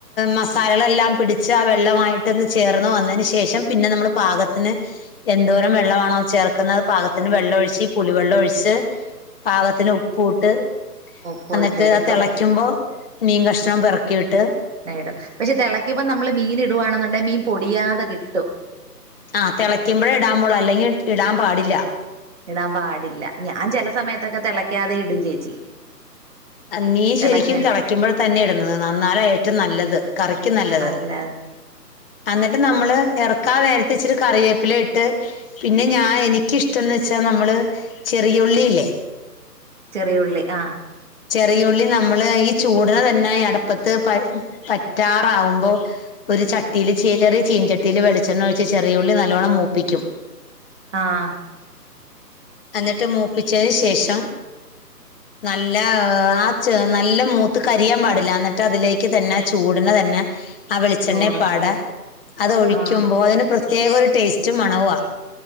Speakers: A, on the left; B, on the right.
A: മസാലകളെല്ലാം പിടിച്ച് ആ വെള്ളമായിട്ട്ന്ന് ചേർന്ന് വന്നതിന് ശേഷം പിന്നെ നമ്മള് പാകത്തിന് എന്തോരം വെള്ളമാണോ ചേർക്കുന്നത് പാകത്തിന് വെള്ളം ഒഴിച്ച് ഈ പുളി വെള്ളം ഒഴിച്ച് പാകത്തിന് ഉപ്പൂട്ട്
B: ഉപ്പുവിട്ട്
A: എന്നിട്ട്
B: എടുക്കും
A: അത് തിളക്കുമ്പോ മീൻ കഷ്ണം പറക്കിയിട്ട്
B: ട പക്ഷെ തിളക്കമ്പം നമ്മള് മീൻ ഇടുകവാണെന്നുണ്ടങ്ക മീൻ പൊടിയാതെ കിട്ടും
A: ആഹ് തിളയ്ക്കുമ്പോഴ ഇടാൻ മോള് അല്ലെങ്കിൽ ഇടാൻ പാടില്ല
B: ഇടാൻ പാടില്ല ഞാൻ ചില സമയത്തൊക്കെ തിളയ്ക്കാതെ ഇടും ചേച്ചി
A: മീ
B: തിളയ്ക്കാ
A: ശരിക്കും തിളയ്ക്കുമ്പോൾ തന്നെ ഇടുന്നത് നന്നാല ഏറ്റവും നല്ലത് കറിക്കും നല്ലത്
B: അല്ല
A: എന്നിട്ട് നമ്മള് എറക്കാം നേരത്ത് ഇച്ചിരി കറിവേപ്പില ഇട്ട് പിന്നെ ഞാൻ എനിക്കിഷ്ടംന്ന് വെച്ചാൽ നമ്മൾ ചെറിയുള്ളില്ലേ
B: ചെറിയ ഉള്ളി ആ
A: ചെറിയുള്ളി നമ്മള് ഈ ചൂടിനെ തന്നെ അടപ്പത്ത് പ പറ്റാറാവുമ്പോ ഒരു ചട്ടിയിയില് ച ചെറിയ ചീൻചട്ടിൽ വെളിച്ചെണ്ണ ഒഴച്ച് ചെറിയ ഉള്ളി നല്ലോണ്ണം മൂപ്പിക്കും
B: ആഹ്
A: എന്നിട്ട് മൂപ്പിച്ചതിന് ശേഷം നല്ല ആഹ് നല്ല മൂത്ത് കരിയാാൻ പാടില്ല എന്നട്ട് ട്ട് അതിലേക്ക് തന്നെ
B: ആഹ്
A: ചൂടിനെ തന്നെ ആ വെളിച്ചെണ്ണപ്പാട
B: ചോറ്
A: അത് ഒഴിക്കുമ്പോ
B: ആഹ്
A: അതിന് പ്രത്യേക ഒരു ടേസ്റ്റ് മണവുവാ